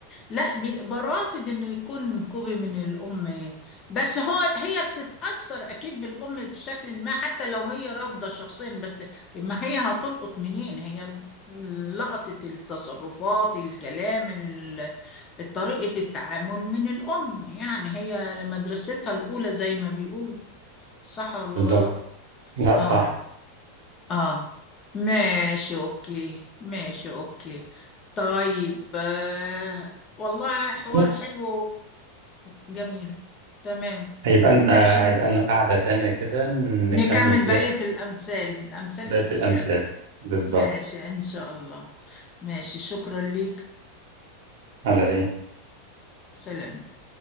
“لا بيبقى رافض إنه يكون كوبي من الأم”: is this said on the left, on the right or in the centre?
Left